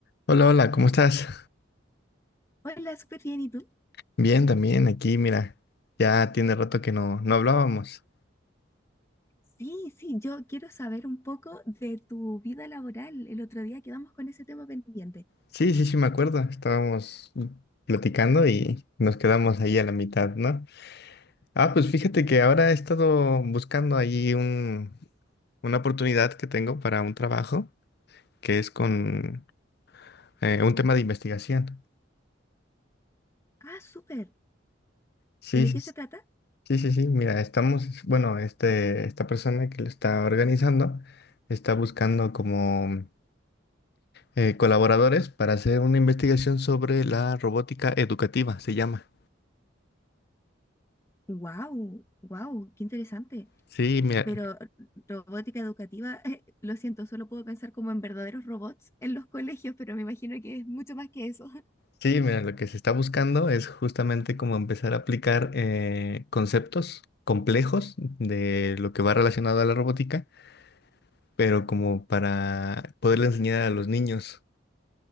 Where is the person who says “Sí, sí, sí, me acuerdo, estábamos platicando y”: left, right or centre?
Left